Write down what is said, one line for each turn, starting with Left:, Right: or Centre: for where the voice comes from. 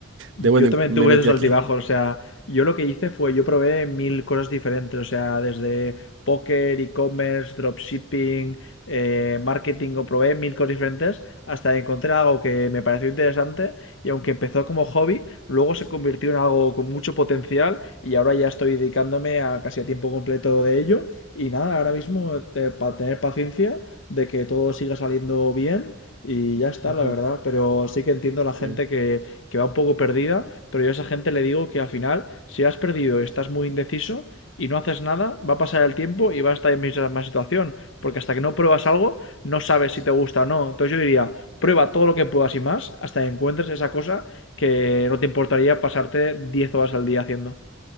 Left: Yo
Right: de bueno, en-
Left: también
Right: me
Left: tuve
Right: metí
Left: esos
Right: aquí?
Left: altibajos, o sea, yo lo que hice fue, yo probé mil cosas diferentes, o sea, desde póker, e-commerce, dropshipping, eh, marketing, o probé mil cosas diferentes hasta que encontré algo que me pareció interesante y aunque empezó como hobby, luego se convirtió en algo con mucho potencial y ahora ya estoy dedicándome a casi a tiempo completo de ello y nada, ahora mismo eh, para tener paciencia de que todo siga saliendo bien y ya está,
Right: Ujú.
Left: la verdad, pero sí que entiendo la gente
Right: Eh,
Left: que que va un poco perdida, pero yo a esa gente le digo que al final, si has perdido y estás muy indeciso y no haces nada, va a pasar el tiempo y va a estar en la misma situación, porque hasta que no pruebas algo, no sabes si te gusta o no. Entonces yo diría, prueba todo lo que puedas y más hasta que encuentres esa cosa que no te importaría pasarte 10 horas al día haciendo.